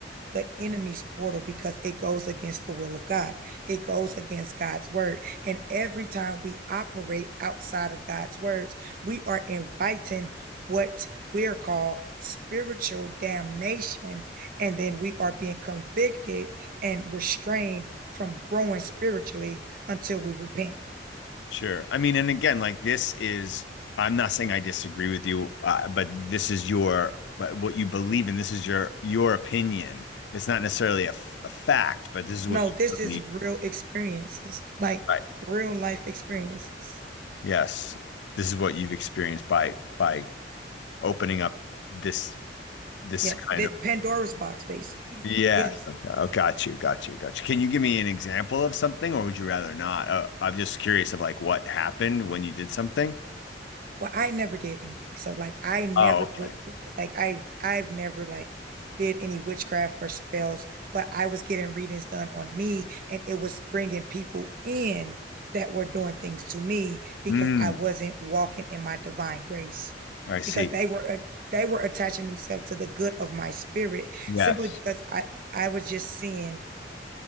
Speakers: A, on the right; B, on the left.
A: the enemy's portal because it goes against the will of God. It goes against God's word. And every time we operate outside of God's words, we are inviting what we are called spiritual damnation. And then we are being convicted and restrained from growing spiritually until we repent.
B: Sure. I mean, and again, like this is, I'm not saying I disagree with you, uh, but this is your, but what you believe in. This is your, your opinion. It's not necessarily a, f- a fact, but this is
A: No,
B: what you
A: this is
B: believe.
A: real experiences, like
B: Right.
A: real life experiences.
B: Yes. This is what you've experienced by, by opening up this, this
A: Yeah,
B: kind
A: that
B: of,
A: Pandora's box, basically.
B: yes.
A: Yes.
B: Okay. Oh, got you. Got you. Got you. Can you give me an example of something or would you rather not? Uh, I'm just curious of like what happened when you did something.
A: Well, I never did anything. So like I never
B: Oh, okay.
A: put like I I've never like did any witchcraft or spells, but I was getting readings done on me and it was bringing people in that were doing things to me because
B: Mm,
A: I wasn't walking in my divine grace.
B: I see.
A: Because they were they were attaching themselves to the good of my spirit
B: Yes.
A: simply because I I was just seeing